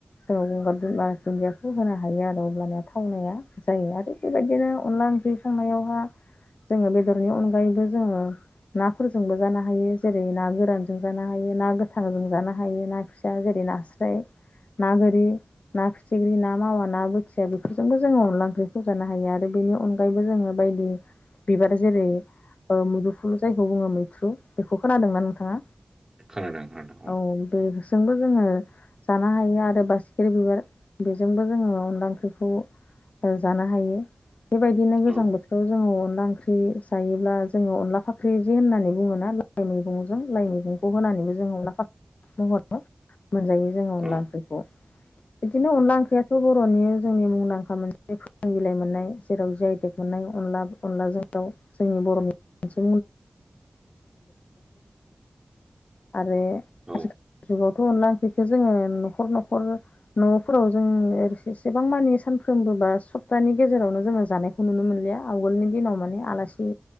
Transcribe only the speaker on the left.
जोङो गंगार दुन्दियाखौ होनो हायो आरो अब्लानिया थावनाया जायो आरो बेबायदिनो अनला ओंख्रि सांनायावहा जोङो बेदरनि अनगायैबो जोङो नाफोरजोंबो जानो हायो जेरै ना गोरानजों जानो हायो ना ना गोथां जों जानो हायो ना फिसा जेरै नास्राय ना गोरि, ना फिथिख्रि, ना मावा, ना बोथिया, बेफोरजोंबो जोङो अनला ओंख्रिखौजानो हायो आरो बेनि अनगायैबो जोङो बायदि बिबार जेरै ओ मोदुफुल जायखौ बुङो मैथ्रु बेखौ खोनादोंना नोंथाङा?
औ बेजोंबो जोङो जानो हायो आरो बासिख्रि बिबार बेजोंबो जोङो अनला ओंख्रिखौ जानो हायो बेबायदिनो गोजां
बोथोराव जोङो अनला ओंख्रि जायोब्ला जोङो अनला फाख्रि दि होननानै बुङोना लाइ मैगंजों लाइ मैगं। खौ होनानैबो जोंङ अनला खा महराव मोनजायो जोङो अनला
ओंख्रिखौ बिदिनो अनला ओंख्रियाथ' बर'नि जोंनि मुंदांखा मोनसे फोरों बिलाइ मोननाय जेराव जाय देब मोननाय। अनला अनलाजों दाउ जोंनि बर'नि मोनसे <unintelligible> आरो
<unintelligible> जुगाव नलांफैखो जोङो न'खर न'खर न'फोराव जोंसेबां मानि सानफ्रोमबो। बा सप्ताहानि गेजेरावनो जोङो जानायखौ नुनो मोनलिया आवगोलनि दिनाव माने आलासि